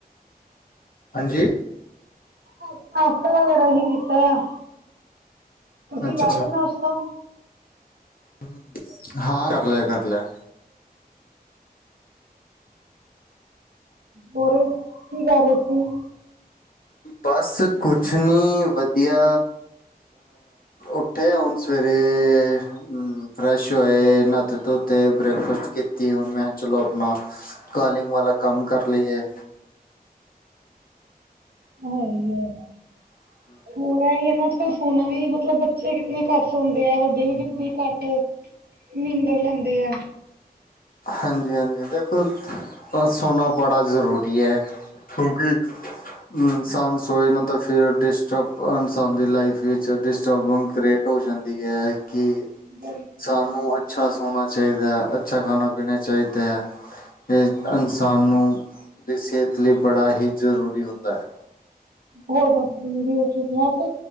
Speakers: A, on the left; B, on the right.
A: ਹਾਂਜੀ
B: ਨਾਸ਼ਤਾ ਵਗੈਰਾ ਹੀ ਕੀਤਾ ਐ, ਤੁਸੀਂ
A: ਅੱਛਾ
B: ਕਰ ਲੇਯਾ ਨਾਸ਼ਤਾ ਤਾਂ
A: ਹੂ, ਹਾਂ ਕਰ ਲਿਆ, ਕਰ ਲਿਆ
B: ਹੋਰ, ਕੀ ਕਰ ਰਹੇ ਤੂੰ
A: ਬਸ ਕੁਛ ਨੀ, ਵਧੀਆ ਉੱਠੇ ਹੁਣ ਸਵੇਰੇ ਹੂ ਫਰੈਸ਼ ਹੋਏ, ਨਾਤੇ ਧੋਤੇ, ਬ੍ਰੇਕਫਾਸਟ ਕੀਤੀ, ਹੁਣ ਮੈਂ ਕਿਹਾ ਚਲੋ ਆਪਣਾ ਕਾਲਿੰਗ ਵਾਲਾ, ਕੰਮ ਕਰ ਲਈਏ
B: ਹਾਂਜੀ ਹਾਂਜੀ
A: <inaudible>
B: ਹੁਨ ਏ ਹੀ ਹੈ ਨਾ, ਅੱਜ ਕੱਲ੍ਹ ਸੋਣਾ ਵੀ, ਮਤਲਬ ਬੱਚੇ ਕਿਤਨੇ ਘੱਟ ਸੋਂਦੇ ਆ, ਵੱਡੇ ਵੀ ਕਿਤਨੇ ਘੱਟ ਨੀਂਦਰ ਲੈਂਦੀ ਆ
A: ਹਾਂਜੀ ਹਾਂਜੀ ਦੇਖੋ, ਪਰ ਸੋਣਾ ਬੜਾ ਜ਼ਰੂਰੀ ਹੈ ਕਿਉਂਕਿ ਇਨਸਾਨ ਸੋਏ ਨਾ ਤਾਂ ਫਿਰ ਡਿਸਟਰਬ, ਇਨਸਾਨ ਦੀ ਲਾਈਫ ਵਿੱਚ ਡਿਸਟਰਬ ਬੈਨਸ ਹੋ ਜਾਂਦੀ ਹੈ, ਕਿ ਇਨਸਾਨ
B: ਬਿਲਕੁਲ
A: ਨੂੰ ਅੱਛਾ ਸੋਣਾ ਚਾਹੀਦਾ ਹੈ, ਅੱਛਾ ਖਾਣਾ ਪੀਣਾ ਚਾਹੀਦਾ ਹੈ ਇਹ
B: ਹਮ
A: ਇਨਸਾਨ ਨੂੰ, ਦੀ ਸਿਹਤ ਲਈ ਬੜਾ ਹੀ ਜ਼ਰੂਰੀ ਹੁੰਦਾ ਹੈ
B: <inaudible> ਹੋ ਬਾਾਬ ਜਨਰੀ ਸ਼ਧ ਆਪ